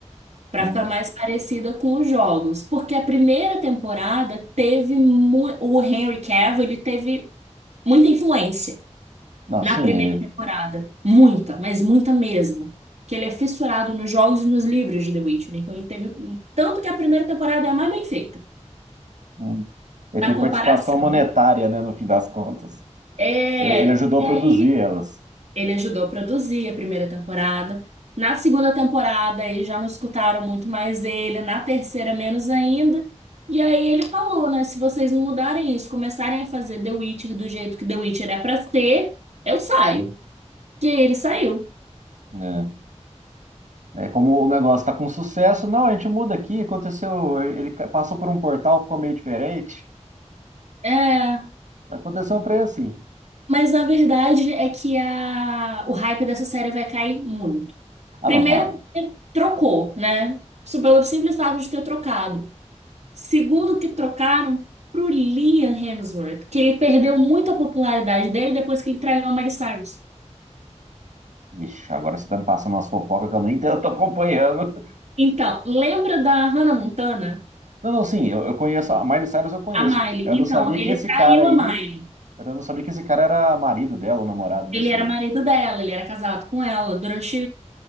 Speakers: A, on the right (about 60°); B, on the right (about 85°).
A: Pra
B: Hum.
A: ficar mais parecida com os jogos, porque a primeira temporada teve mu- o Henry Cavill, ele teve muita influência
B: Não,
A: na
B: sim,
A: primeira
B: ele,
A: temporada, muita, mas muita mesmo, que ele é fissurado nos jogos e nos livros de The Witcher, então ele teve um, tanto que a primeira temporada é a mais bem feita,
B: hum, ele
A: na
B: tem
A: comparação.
B: participação monetária,
A: né?
B: né, no fim das contas.
A: É,
B: E- Ele ajudou
A: e
B: a
A: aí
B: produzir elas.
A: Ele ajudou a produzir a primeira temporada. Na segunda temporada, eles já não escutaram muito mais ele. Na terceira, menos ainda. E aí ele falou, né? Se vocês não mudarem isso, começarem a fazer The Witcher do jeito que The Witcher é pra ser, eu saio. E aí ele saiu.
B: É, é como o negócio está com sucesso, não, a gente muda aqui, aconteceu, ele ca- passou por um portal, ficou meio diferente.
A: É,
B: Aconteceu um preço assim.
A: mas a verdade é que a, o hype dessa série vai cair muito.
B: Ah,
A: Primeiro,
B: não, vai.
A: ele trocou, né? Isso Pelo simples fato de ter trocado. Segundo que trocaram pro Liam Hemsworth, que ele perdeu muito a popularidade dele depois que ele traiu a Miley Cyrus.
B: Vixe, agora você tá me passando umas fofocas que eu nem <laughs> tô acompanhando.
A: Então, lembra da Hannah Montana?
B: Não, não, sim, eu, eu conheço. A Miley Cyrus eu conheço.
A: A Miley.
B: Eu
A: Então,
B: não sabia
A: ele
B: que esse
A: traiu
B: cara aí.
A: a Miley.
B: Eu não sabia que esse cara era marido dela ou namorado, não
A: Ele
B: sei.
A: era marido dela, ele era casado com ela durante